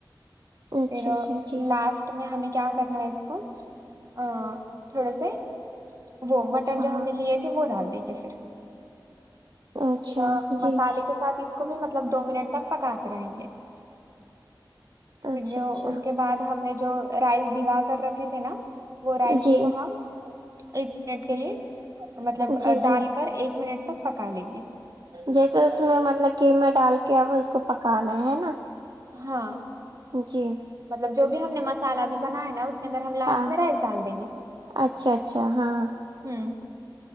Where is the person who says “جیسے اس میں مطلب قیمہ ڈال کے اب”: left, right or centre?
Right